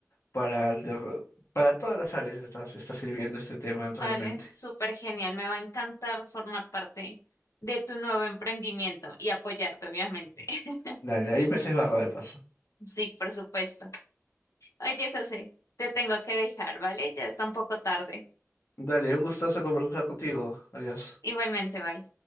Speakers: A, on the left; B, on the left.
A: para, el de- para todas las áreas está, está sirviendo este tema realmente.
B: Vale, súper genial. Me va a encantar formar parte de tu nuevo emprendimiento y apoyarte, obviamente. <laughs>
A: Dale, ahí me barra de paso.
B: Sí, por supuesto. Oye, José, te tengo que dejar, ¿vale? Ya está un poco tarde.
A: Dale, un gustazo conversar contigo. Adiós.
B: Igualmente, bye.